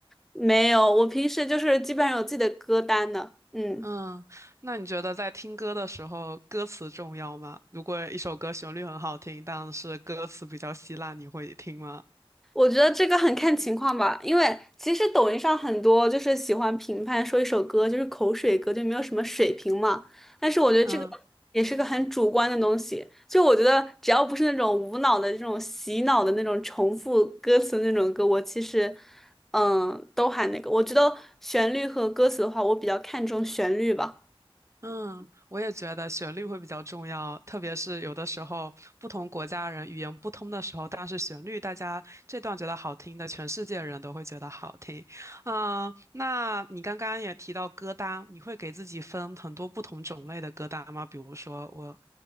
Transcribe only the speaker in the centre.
没有，我平时就是基本上有自己的歌单的。嗯。
我觉得这个很看情况吧，因为其实抖音上很多就是喜欢评判说一首歌就是口水歌，就没有什么水平嘛。但是我觉得这个也是个很主观的东西，
就我觉得只要不是那种无脑的这种洗脑的那种重复歌词的那种歌，我其实嗯都还那个。我觉得旋律和歌词的话，我比较看重旋律吧，